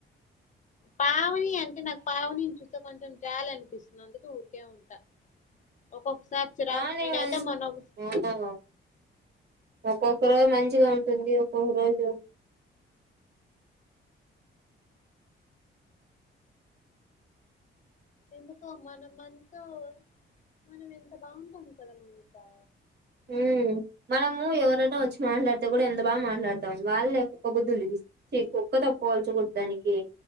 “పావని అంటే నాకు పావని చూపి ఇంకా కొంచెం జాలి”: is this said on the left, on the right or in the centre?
Left